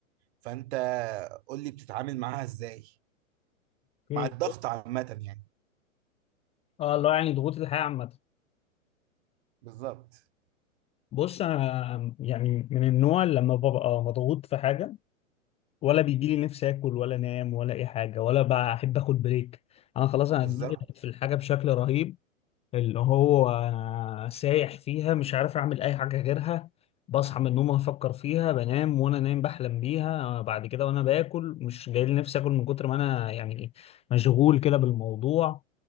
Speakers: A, on the right; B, on the left.
A: فانت قول لي بتتعامل معاها ازاي
B: ايه
A: مع الضغط عامة يعني
B: اه الله يعني ضغوط الحياه عامه
A: بالظبط
B: بص انا يعني من النوع اللي لما ببقى مضغوط في حاجه ولا بيجي لي نفسي اكل ولا انام ولا اي حاجه ولا بحب اخد بريك انا خلاص انا
A: بالظبط
B: دماغي في الحاجه بشكل رهيب اللي هو سايح فيها مش عارف اعمل اي حاجه غيرها بصحى من النوم افكر فيها بنام وانا نايم بحلم بيها آه، بعد كده وانا باكل مش جاي لي نفسي اكل من كتر ما انا يعني مشغول كده بالموضوع